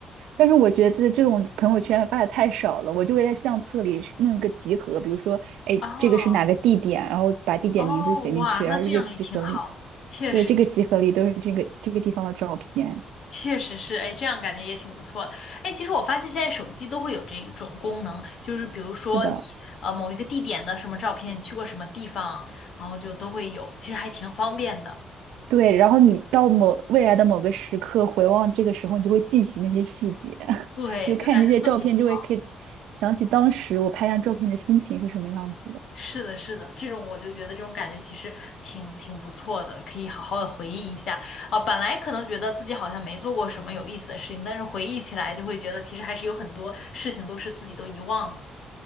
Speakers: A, on the right; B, on the left.
A: 但是我觉得这种朋友圈发的太少了，我就会在相册里是弄一个集合，比如说，哎，
B: 哦
A: 这个是哪个地点，然后把地点名字写进去，
B: 哦，哇，那这样也挺好，
A: 然后这个集合里，
B: 确实
A: 对，这个集合里都是这个这个地方的照片。
B: 确实是，哎，这样感觉也挺不错的。哎，其实我发现现在手机都会有这种功能，就是比如说你呃某一个地点的什么照片，
A: 是的，
B: 你去过什么地方，然后就都会有，其实还挺方便的。
A: 对，然后你到某未来的某个时刻回望这个时候，你就会记起那些细节，<laughs>
B: 对，
A: 就看这些照片就会可以想起当时我拍张照片的心情是什么样子的。
B: 就感觉特别好。是的，是的，这种我就觉得这种感觉其实挺挺不错的，可以好好的回忆一下。啊、本来可能觉得自己好像没做过什么有意思的事情，但是回忆起来就会觉得其实还是有很多事情都是自己都遗忘了。